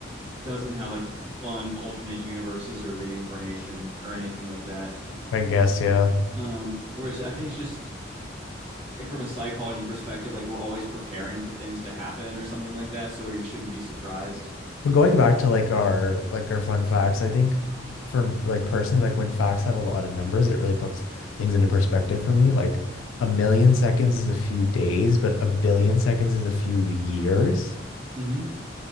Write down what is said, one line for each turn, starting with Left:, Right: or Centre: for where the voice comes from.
Right: doesn't have like fun alternate universes or reincarnation or anything like that.
Left: I guess yeah
Right: Um, whereas I think it's just like from a psychology perspective, like we're always preparing for things to happen or something like that, so where you shouldn't be surprised.
Left: But going back to like our like our fun facts, I think for like personally, like when facts have a lot of numbers, it really puts things into perspective for me. Like a million seconds is a few days, but a billion seconds is a few years.
Right: hmm